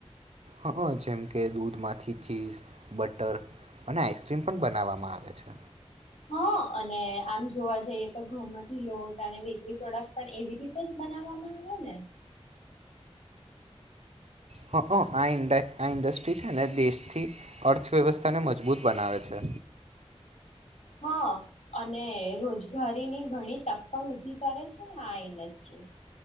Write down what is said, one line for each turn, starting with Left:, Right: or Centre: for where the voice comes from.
Right: હ જેમ કે દૂધમાંથી ચીઝ બટર અને આઈસ્ક્રીમ પણ બનાવવામાં આવે છે.
Left: હા અને આમ જોવા જઈએ તો ઘઉ માંથી લોટ અને બેકરી પ્રોડક્ટ પણ એવી રીતે જ બનાવવામાં આવે ને
Right: હ આ આ ઇન્ડસ્ટ્રી છે ને દેશથી અર્થવ્યવસ્થાને મજબૂત બનાવે છે.
Left: હા અને રોજગારીની ઘણી તક પણ ઉઊભી કરે છે ને આ ઇન્ડસ્ટ્રી